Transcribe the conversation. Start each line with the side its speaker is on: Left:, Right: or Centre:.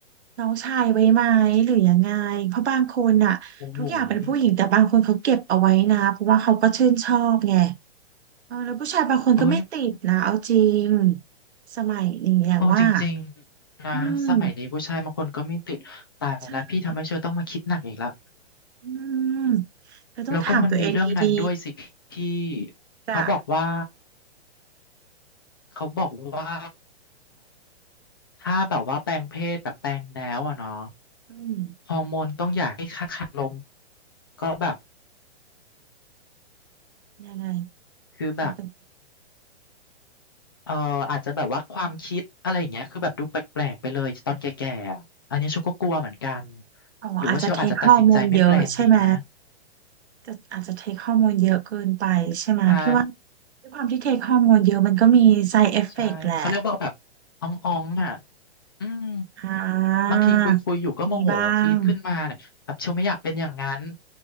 Right: น้องชายไว้ไหมหรือยังไงเพราะบางคนอะทุกอย่างเป็นผู้หญิงแต่บางคนเขาเก็บเอาไว้นะเพราะว่าเขาก็ชื่นชอบไง
Left: โอ้โหนี่
Right: เออแล้วผู้ชายบางคนก็ไม่ติดนะเอาจริง
Left: เอ้ย
Right: สมัยนี้อะว่า
Left: โอ้จริงๆนะสมัยนี้ผู้ชายบางคนก็ไม่ติดแต่ละพี่ทำให้เชอต้องมาคิดหนักอีกแล้ว
Right: อืมใช่อืมก็ต้องถามตัวเองดี
Left: แล้วก็มันมีเรื่องนั้นด้วยสิพี่
Right: ๆจ้ะ
Left: เขาบอกว่าเขาบอกว่า ถ้าแบบว่าแปลงเพศแบบแปลงแล้วอะเนาะ
Right: อืม
Left: ฮอร์โมนต้องอยากให้ค่าคารมก็แบบ
Right: ยังไง
Left: คือแบบ
Right: มันเป็น
Left: เอออาจจะแบบว่าความคิดอะไรอย่างเงี้ยคือแบบดูแปลกๆไปเลยตอนแก่ๆอะอันนี้เชลก็กลัวเหมือนกัน
Right: อ๋ออาจจะเทค
Left: หรือว่าเชลอาจจะตัดสินใจไม่แปลงดีนะ
Right: e อร์มมลเยอะใช่ไหมจะอาจจะเทค e อร์มมลเยอะเกินไปใช่ไหมพี่ว่า
Left: ใช่
Right: ด้วยความที่เทค e อร์มมลเยอะมันก็มี side effect
Left: ใช่เขาเรียกว่าแบบอ่องอ่องอ่ะ
Right: แหละ
Left: อืม
Right: อ่
Left: บางทีคุยคุยอยู่ก็โมโหปี๊ดขึ้นมาเนี่ยแบบเชลไม่อยากเป็นอย่างนั้น
Right: ามีบ้าง